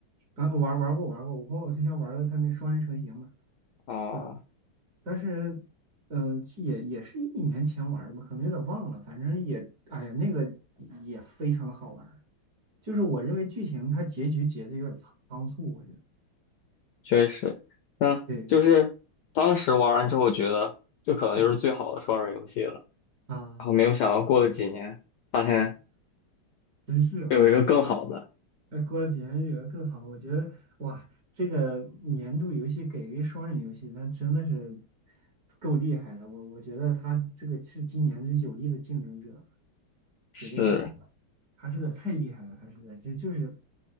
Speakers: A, on the right; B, on the left.
A: 啊，我玩玩过玩过，我跟我对象玩了他那双人成行嘛，
B: 啊、
A: 啊，但是，嗯、也也是一年前玩的吧，可能有点忘了，反正也，哎呀，那个也非常的好玩儿就是我认为剧情它结局结的有点仓促，我觉得，
B: 确实，嗯，
A: 对，
B: 就是当时玩完之后觉得这可能就是最好的双人游戏了，
A: 嗯啊，
B: 然后没有想到过了几年，发现
A: 真是我，
B: 有一个更好的。
A: 哎，过了几年有的更好，我觉得哇，这个年度游戏给一个双人游戏，那真的是够厉害的，我我觉得他这个是今年这有力的竞争者，
B: 是，
A: 绝对是，哈士的太厉害了，哈士的这就是